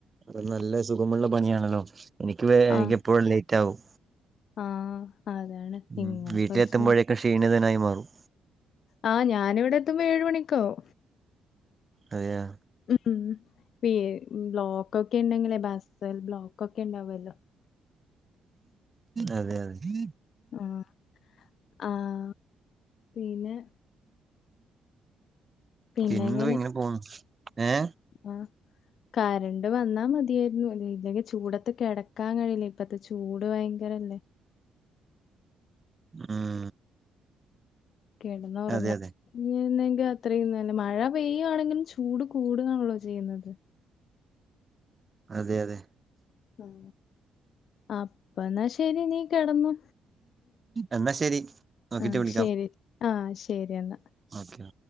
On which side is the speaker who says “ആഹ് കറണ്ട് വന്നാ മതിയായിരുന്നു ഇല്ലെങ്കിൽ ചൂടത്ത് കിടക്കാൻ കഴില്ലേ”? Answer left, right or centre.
Left